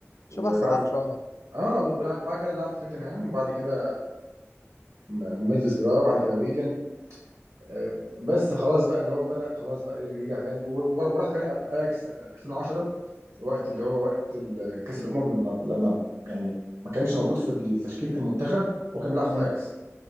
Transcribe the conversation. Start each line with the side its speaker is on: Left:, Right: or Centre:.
Right: وبعد
Left: شبه صلاح
Right: ك
Left: شويه
Right: آه، و وبعد كده لعب في توتنهام، وبعد كده م ميدلزبرا، وبعد كده ويجن، آآ، بس خلاص بقى اللي هو بدأ خلاص بقى يرج يرجع تاني، و و وراح تاني أ أياكس 2010 وقت اللي هو وقت ال كأس الأمم لمّا لمّا يعني ما كانش موجود في ال تشكيلة المنتخب، وهو كان بيلعب في
Left: مم.
Right: أياكس.